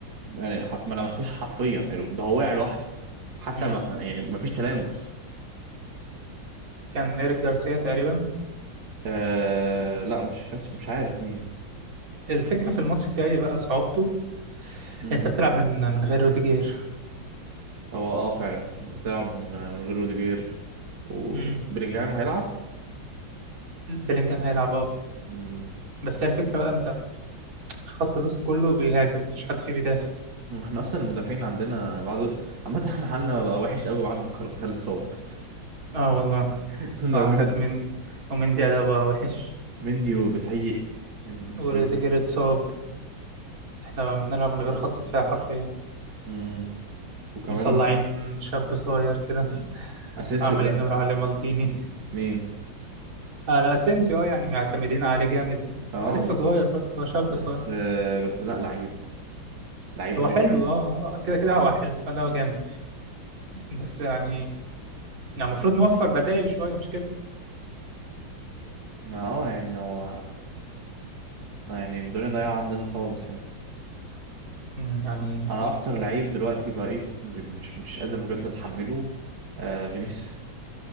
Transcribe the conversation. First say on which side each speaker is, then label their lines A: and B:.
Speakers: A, on the right; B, on the right.
A: يعني حر- ما لمسوش حرفيا يعني ده هو وقع لوحده حتى
B: مم.
A: ما يعني ما فيش تلامس
B: كان ايريك جارسيا تقريبا
A: آه لا مش كاتش مش عارف مين
B: الفكرة في الماتش الجاي بقى صعوبته
A: امم
B: انت بتلعب من من غير روديجير
A: هو اه فعلا انت بتلعب من, من غير روديجير وبلينجهام
B: مم.
A: هيلعب
B: بلينجهام هيلعب اه
A: امم
B: بس هي الفكرة بقى انت خط الوسط كله بيهاجم مفيش حد فيه بيدافع
A: احنا اصلا المدافعين عندنا بعد عامة <laughs> احنا حالنا بقى وحش قوي بعد ما كارفاخال اتصاب
B: اه والله
A: <laughs>
B: وعندك
A: ده بجد
B: من ومن دي بقى وحش
A: مندي وسيء مندي سيء
B: وروديجير اتصاب احنا بنلعب من غير خط دفاع حرفيا
A: امم وكمان
B: مطلعين شاب صغير كده
A: اسينسيو
B: عمالين
A: لا
B: نقول عليه مالديني
A: مين
B: آه لا اسينسيو اه يعني معتمدين عليه جامد
A: اه
B: هو لسه
A: بس
B: صغير برضه هو شاب
A: بس
B: صغير
A: آه بس لا لعيب لعيب
B: هو
A: قوي
B: حلو
A: يعني
B: اه آه، آه، كده كده هو حلو اداؤه جامد بس يعني يعني المفروض نوفر بدائل شويه مش كده
A: ما اه يعني هو آه يعني الدنيا ضايعة عندنا خالص يعني
B: مم، يعني
A: انا اكتر لعيب دلوقتي بقيت ب- مش مش قادر بجد اتحمله آه فينيسيوس